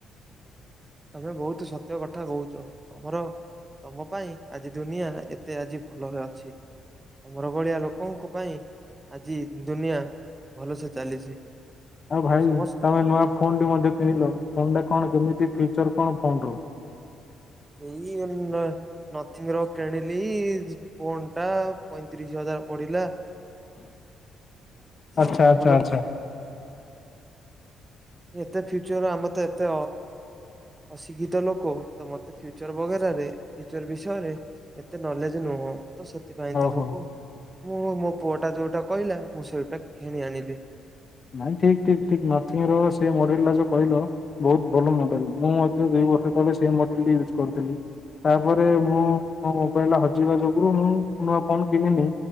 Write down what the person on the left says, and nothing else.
ଆଉ ଭାଇ
ତମେ ନୂଆ ଫୋନ୍ ଟି ମଧ୍ୟ କିଣିଲ ଫୋନ୍ ଟା କଣ କେମିତି ଫ୍ୟୁଚର କଣ ଫୋନ୍ ର?
ଆଚ୍ଛା ଆଚ୍ଛା
ଆଚ୍ଛା।
ହଉ
ହଉ।
ନାଇଁ ଠିକ ଠିକ ଠିକ ନଥିଙ୍ଗ ରୁ ଟାସେ ମଡେଲ ଲା ଯୋଉ କହିଲ ବହୁତ ଭଲ ମଡେଲ ମୁଁ ମଧ୍ୟ ଦୁଇ ବର୍ଷ ତଳେ ସେ ମଡେଲ ୟୁଜ୍ କରୁଥିଲି। ତାପରେ ମୁଁ ମୋ ମୋବାଇଲ ଟା ହଜିବା ଯୋଗୁରୁ ମୁଁ ନୂଆ ଫୋନ କିଣିନି।